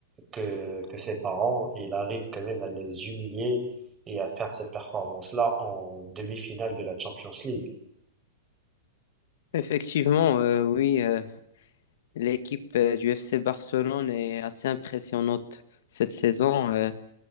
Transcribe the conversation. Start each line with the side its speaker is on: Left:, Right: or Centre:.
Right: que, que ses parents, et il arrive quand même à les humilier et à faire cette performance-là en demi-finale de la Champions League.
Left: Effectivement, euh, oui, euh, l'équipe euh, du FC Barcelone est assez impressionnante cette saison, euh,